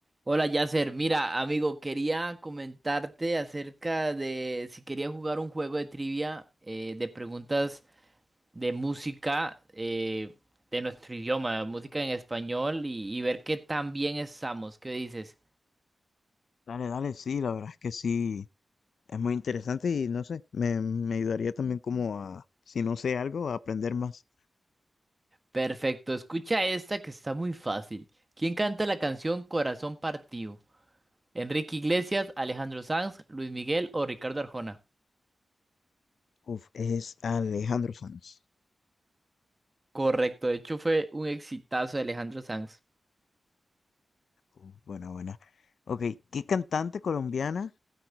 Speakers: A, on the right (about 20°); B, on the left (about 85°).
A: Hola Yasser, mira amigo, quería comentarte acerca de si quería jugar un juego de trivia eh, de preguntas de música eh, de nuestro idioma, música en español y, y ver qué tan bien estamos. ¿Qué dices?
B: Dale, dale, sí, la verdad es que sí, es muy interesante y no sé, me, me ayudaría también como a, si no sé algo, a aprender más.
A: Perfecto, escucha esta que está muy fácil. ¿Quién canta la canción Corazón Partido? ¿Enrique Iglesias, Alejandro Sanz, Luis Miguel o Ricardo Arjona?
B: Uf, es Alejandro Sanz.
A: Correcto, de hecho fue un exitazo de Alejandro Sanz.
B: Uf, buena, buena. Ok, ¿qué cantante colombiana